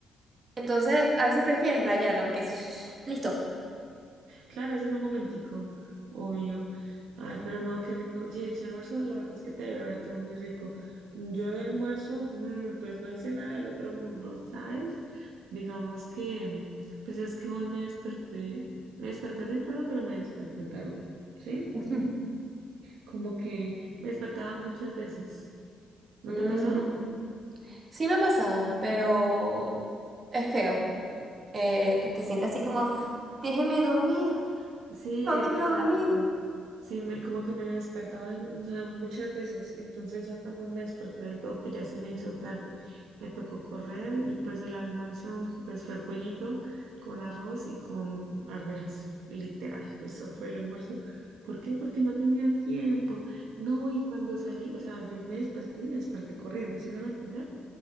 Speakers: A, on the right; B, on the right.
A: entonces a veces prefieres rayarla porque es <sniffs> listo.
B: Claro, es en un momentico, obvio. Ay, pero no, qué rico. Oye, ese almuerzo, la verdad es que te debe haber quedado muy rico. Yo de almuerzo, mm, pues no hice nada del otro mundo, ¿sabes? Digamos que, pues es que hoy me desperté, me desperté temprano, pero me desperté tarde, ¿sí?
A: <laughs>
B: Como que me despertaba muchas veces. ¿No
A: Mm.
B: te ha pasado?
A: Sí me ha pasado, pero es feo. eh, te sientes así como, déjeme dormir,
B: Sí,
A: ¿dónde
B: exacto.
A: quiero dormir?
B: Sí, me, como que me despertaba, y, o sea, muchas veces. Entonces ya cuando me desperté del todo, pues ya se me hizo tarde. Me tocó correr y pues el almuerzo, pues fue pollito con arroz y con arvejas, literal. Eso fue el almuerzo. ¿Por qué? Porque no tenía tiempo. No, y cuando salí, o sea, yo me desperté y me desperté corriendo, ¿sí me van a entender?